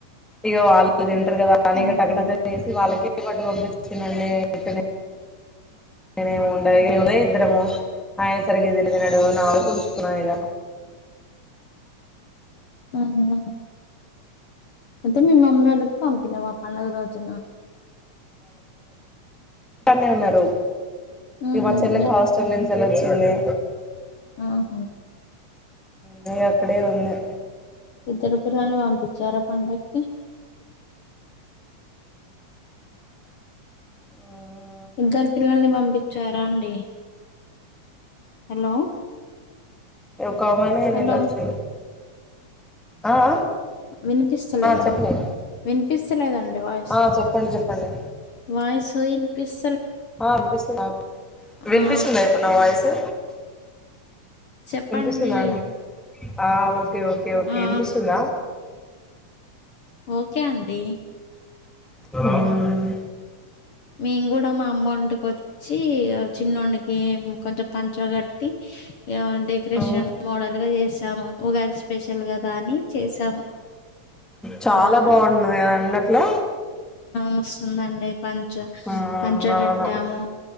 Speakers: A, in the centre; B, on the left.
A: ఇగ వాళ్ళు <unintelligible> పేరు కదా అని
B: ఆహా
A: టక టక చేసి వాళ్ళకి ప పట్టు పంపించినా నే ఇక్కడ్ నే నేనేమి ఉండయి <unintelligible> ఇద్దరము ఆయన సరిగ్గా తిండి తినడు నా వరకు ఉంచుకున్నా ఇగ
B: <unintelligible> అంతే మీ మమ్మీ వాళ్ళ పంపినవా పండగ రోజున
A: క్కన్నే ఉన్నరు
B: మ్మ్
A: ఇగ మా
B: హు
A: చెల్లెకి
B: మీ
A: హాస్టెల్ నుం హెలో చెల్లీ
B: ఆహా
A: ని అక్కడే ఉంది
B: ఇద్దరు పిల్లలని పంపి చ్చారా పండక్కి
A: ఉమ్మ్
B: ఇద్దరు పిల్లల్ని పంపిచ్చారా అండి హలో
A: ఒకామనే ఎళ్ళిందచ్చి
B: హలో
A: ఆ ఆ
B: వినిపిస్తలేదా
A: చెప్పలే
B: వినిపిస్తలేదండి వాయిస్
A: ఆ చెప్పండి చెప్పండి
B: వాయిస్ తూ ఇనిపిస్
A: ఆ విన్పిస్తుది నాకు వినిపిస్తుందా
B: ఆ
A: ఇప్పుడు నా వాయిసు
B: చెప్పండి
A: విన్పిస్తుందా అండి ఆ ఓకే ఓకే ఓకే
B: ఆ
A: విన్పిస్తుందా
B: ఓకే అండి
A: ఉమ్మ్
B: మేం కూడా మా అమ్మ వంటకి వచ్చి చిన్న వంనికి ఇ కొంచ పాంచ గటి డెకరేషన్
A: ఆ
B: మోడల్ గా చేసి జామున్ ఉగాది స్పెషల్గాదా అని చేసాము
A: చాలా
B: ఆ
A: బాగుంటది కదండి అట్లా
B: మస్తు ఉంది అండి పంచ
A: మ్మ్
B: పంచగట్టాము
A: అవును